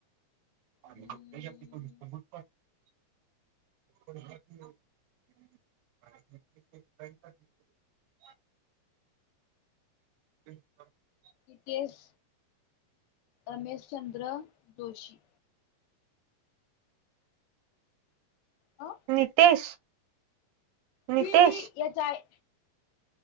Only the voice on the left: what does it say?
हम्म हितेश अनीशचंद्र दोशी. अ
ही- ही यच आय